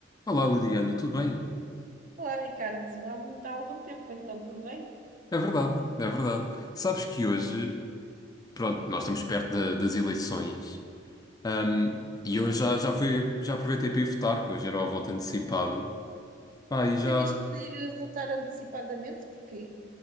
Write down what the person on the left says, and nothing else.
Olá, Liliana, tudo bem?
É verdade, é verdade. Sabes que hoje, pronto, nós estamos perto da- das eleições, ahm, e eu já, já fui, já aproveitei para ir votar, que hoje era o voto antecipado. Pá, e já.